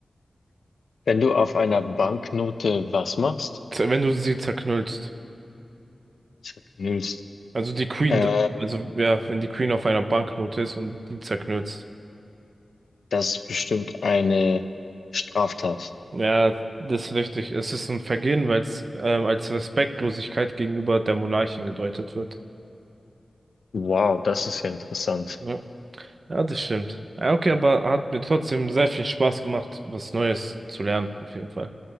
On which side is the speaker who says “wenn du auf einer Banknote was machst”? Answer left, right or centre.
Left